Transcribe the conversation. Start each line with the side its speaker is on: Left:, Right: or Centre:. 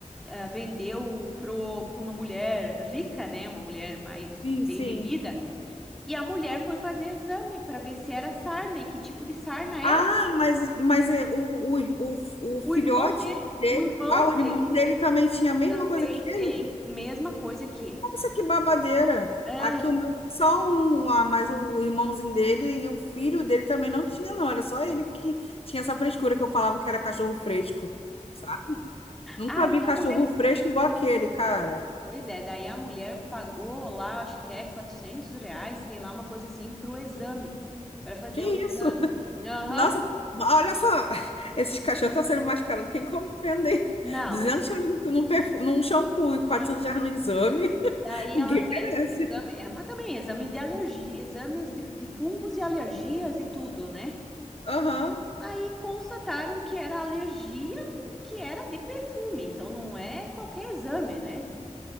Centre: ah, vendeu pro, pra uma mulher rica, né, uma mulher mais
Left: Sim,
Centre: bem
Left: sim.
Centre: de vida, e a mulher foi fazer exame para ver se era sarna e que tipo de sarna era.
Left: Ah, mas, mas é, o, o, ir- o, o
Centre: O
Left: filhote
Centre: irmão dele,
Left: dele,
Centre: o irmão
Left: ah, o
Centre: dele
Left: irmão dele também tinha a mesma
Centre: também
Left: coisa que ele?
Centre: tem a mesma coisa que ele.
Left: Nossa, que babadeira!
Centre: Aham.
Left: Aqui o meu era só um, ah, mas o irmãozinho dele e o filho dele também não tinha, não. Era só ele que tinha essa frescura que eu falava que era cachorro fresco, sabe? Nunca
Centre: Aí
Left: vi cachorro
Centre: a mulher
Left: fresco igual aquele, cara.
Centre: Pois é, daí a mulher pagou lá, acho que é 400 reais, sei lá, uma coisa assim, para o exame, para fazer
Left: Que isso?
Centre: o exame.
Left: <laughs>
Centre: Aham,
Left: Nossa, olha só, <laughs> esses cachorros estão sendo mais caros do que encomenda, hein?
Centre: não,
Left: 200 reais num, perfu- num shampoo e quatrocentos
Centre: isso.
Left: reais no exame.
Centre: Daí
Left: Ninguém
Centre: ela fez
Left: merece.
Centre: esse exame, é, mas também exame de alergia, exames de, de fungos e alergias e tudo, né?
Left: Aham.
Centre: Aí constataram que era alergia e que era de perfume, então não é qualquer exame, né?